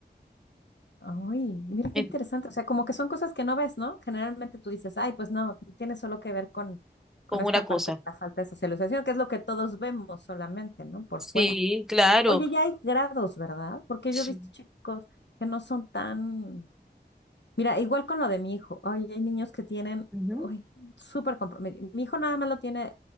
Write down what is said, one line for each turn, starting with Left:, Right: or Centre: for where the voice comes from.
Left: Ay, mira qué
Centre: eh,
Left: interesante. O sea, como que son cosas que no ves, ¿no? Generalmente tú dices, ay, pues no, tiene solo que ver con, con
Centre: con
Left: esta
Centre: una cosa.
Left: parte de la falta de socialización, que es lo que todos vemos solamente, ¿no? Por
Centre: Sí,
Left: fuera.
Centre: claro.
Left: Oye, ya hay grados, ¿verdad? Porque
Centre: Sí,
Left: yo he visto chicos que no son tan... Mira, igual con lo de mi hijo. Ay, hay niños que tienen
Centre: ujú,
Left: ay, súper comprometido. Mi hijo nada más lo tiene